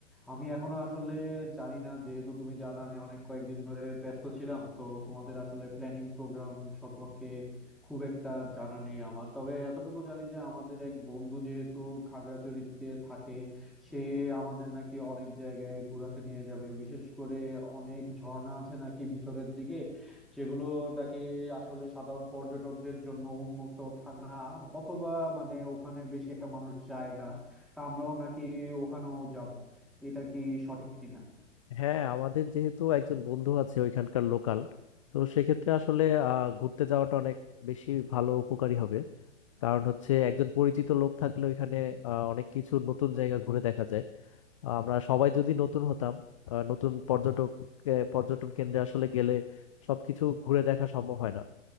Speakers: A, in the centre; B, on the left.
A: আমি এখনো আসলে জানি না যেহেতু তুমি জানো আমি অনেক কয়েকদিন ধরে ব্যস্ত ছিলাম তো তোমাদের আসলে প্ল্যানিং প্রোগ্রাম সম্পর্কে খুব একটা জানা নেই আমার তবে এতটুকু জানি যে আমাদের এক বন্ধু যেহেতু খাগড়াছড়িতে থাকে সে আমাদের নাকি অনেক জায়গায় ঘোরাতে নিয়ে যাবে বিশেষ করে অনেক ঝর্ণা আছে নাকি ভিতরের দিকে যেগুলো নাকি আসলে সাধারণ পর্যটকদের জন্য উন্মুক্ত থা- না অথবা মানে ওখানে বেশি একটা মানুষ যায় না তা আমরাও নাকি ওখানেও যাব এটা কি সঠিক কিনা
B: হ্যাঁ আমাদের যেহেতু একজন বন্ধু আছে ওইখানকার লোকাল তো সেক্ষেত্রে আসলে আহ, ঘুরতে যাওয়াটা অনেক বেশি ভালো উপকারী হবে কারণ হচ্ছে একজন পরিচিত লোক থাকলে ওইখানে আহ, অনেক কিছু নতুন জায়গা ঘুরে দেখা যায় আমরা সবাই যদি নতুন হতাম আহ, নতুন পর্যটক আহ, পর্যটন কেন্দ্রে আসলে গেলে সবকিছু ঘুরে দেখা সম্ভব হয় না